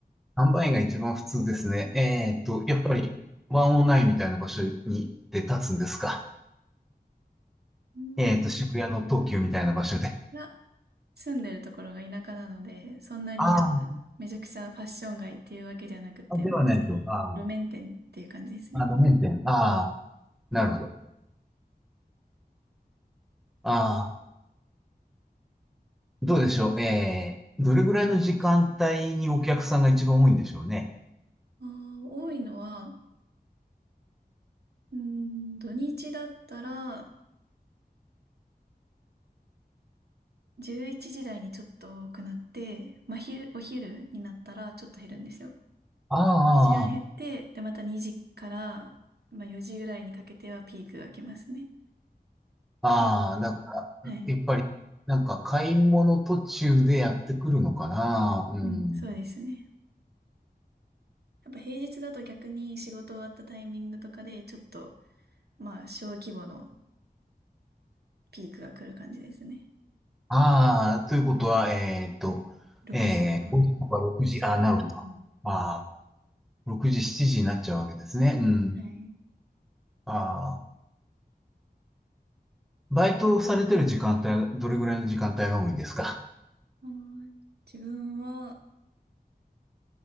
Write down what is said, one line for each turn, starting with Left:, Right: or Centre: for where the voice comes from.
Centre: 販売員が一番普通ですね。えーっと、
Right: うん。
Centre: やっぱりワンオ1インみたいな場所にで立つんですか。
Right: うん
Centre: えーっと、渋谷の東急みたいな場所で。
Right: いや、住んでるところが田舎なので、そんなになんかめちゃくちゃファッション街っていうわけじゃなくて、
Centre: あーあ、ではないと。
Right: もうすでに路面店っていう感じですね。
Centre: あーあ、路面店。ああ、なるほど。ああ、どうでしょう。えー、どれぐらいの時間帯にお客さんが一番多いんでしょうね。
Right: ああ、多いのは、うーん、土日だったら11時台にちょっと多くなって、まあ、昼、お昼になったらちょっと減るんですよ。
Centre: あ
Right: 一瞬減って、
Centre: あ、あ
Right: で、また2時から、まあ、4時ぐらいにかけてはピークが来ますね。
Centre: あ、
Right: で、
Centre: ああだから、
Right: はい。
Centre: やっぱり、なんか買い物途中でやってくるのかな。うん。
Right: うん、そうですね。やっぱ平日だと逆に仕事終わったタイミングとかでちょっとまあ、小規模のピークが来る感じですね。
Centre: ああ、ということは、えーっと、
Right: 6時とか、
Centre: えー、5時とか6時、
Right: 5時とか。
Centre: ああ、なるほど。ああ、
Right: うん。
Centre: 6時、7時になっちゃうわけですね。うん。
Right: はい。
Centre: ああ、バイトされてる時間帯、どれぐらいの時間帯が多いんですか
Right: はーい。自分は、